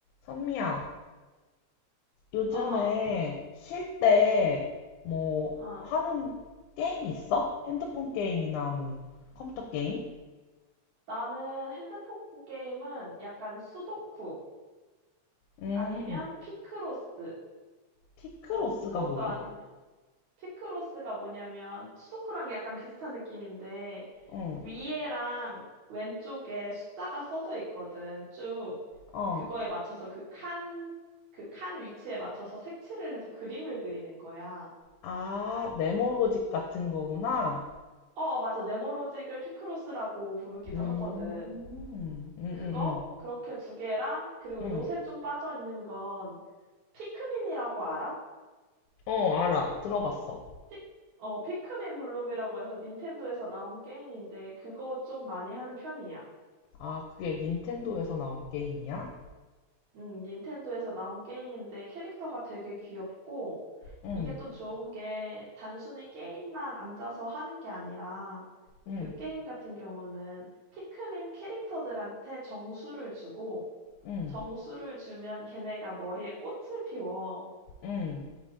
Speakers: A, on the left; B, on the right.
A: 선미야, 요즘에
B: 어,
A: 쉴 때 뭐
B: 어.
A: 하는 게임 있어? 핸드폰 게임이나 뭐 컴퓨터 게임?
B: 나는 핸드폰 게임은 약간 수도쿠
A: 음,
B: 아니면 피크로스.
A: 피크로스가
B: 그것도
A: 뭐야?
B: 아니면 피크로스가 뭐냐면 수도쿠랑 약간 비슷한 느낌인데
A: 응,
B: 위에랑 왼쪽에 숫자가 써져 있거든. 쭉
A: 어.
B: 그거에 맞춰서 그 칸, 그 칸 위치에 맞춰서 색칠을 해서 그림을 그리는 거야.
A: 아, 네모로직 같은 거구나.
B: 어, 맞아. 네모로직을 피크로스라고 부르기도
A: 음,
B: 하거든.
A: 음, 음,
B: 그거 그렇게 두 개랑 그리고
A: 음,
B: 요새
A: 음.
B: 좀 빠져 있는 건 피크민이라고 알아?
A: 어, 알아. 들어봤어.
B: 피, 어, 피크민 블룸이라고 해서 닌텐도에서 나온 게임인데 그거 좀 많이 하는 편이야.
A: 아, 그게 닌텐도에서 나온 게임이야?
B: 음, 닌텐도에서 나온 게임인데 캐릭터가 되게 귀엽고
A: 응,
B: 이게 또 좋은 게 단순히 게임만 앉아서 하는 게 아니라
A: 응,
B: 그 게임 같은 경우는 피크민 캐릭터들한테 정수를 주고
A: 응,
B: 정수를 주면 걔네가 머리에 꽃을 피워.
A: 응,